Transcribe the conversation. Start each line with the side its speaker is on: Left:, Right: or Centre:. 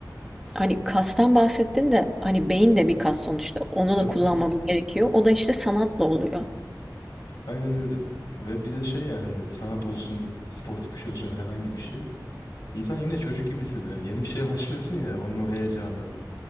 Centre: hani kastan bahsettin de hani beyin de bir kas sonuçta. Onu
Left: tabii.
Centre: da kullanmamız
Left: tabii.
Centre: gerekiyor. O da işte sanatla oluyor.
Left: Aynen öyle. Ve bir de şey yani hani sanat olsun, sportif bir şey olsun ya da herhangi bir şey. İnsan yine çocuk gibi hissediyor. Yani yeni bir şeye <laughs> başlıyorsun ya onun o heyecanı.